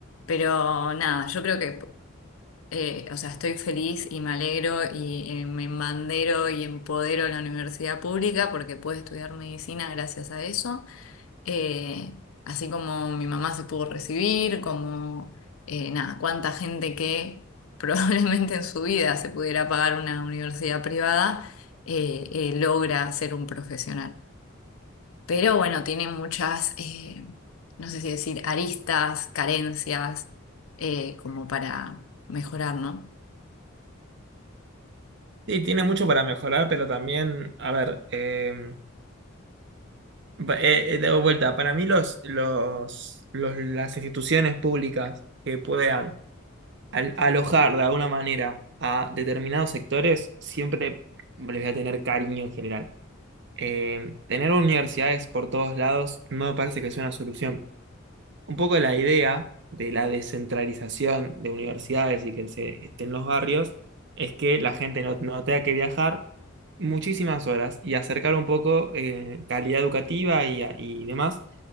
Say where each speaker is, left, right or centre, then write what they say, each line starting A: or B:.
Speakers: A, on the left; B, on the right.
A: pero nada, yo creo que, eh, o sea, estoy feliz y me alegro y eh, me embandero y empodero a la universidad pública porque pude estudiar medicina gracias a eso eh, así como mi mamá se pudo recibir, como eh, nada, cuánta gente que <laughs> probablemente en su vida se pudiera pagar una universidad privada eh, eh, logra ser un profesional. Pero bueno, tiene muchas, eh, no sé si decir, aristas, carencias, eh, como para mejorar, ¿no?
B: Sí, tiene mucho para mejorar, pero también, a ver, eh, va- eh, eh, de vuelta, para mí los, los, los, las instituciones públicas que puedan al alojar de alguna manera a determinados sectores, siempre les voy a tener cariño en general. Eh, tener universidades por todos lados no me parece que sea una solución un poco la idea de la descentralización de universidades y que se esté en los barrios es que la gente no, no tenga que viajar muchísimas horas y acercar un poco eh, calidad educativa y, a- y demás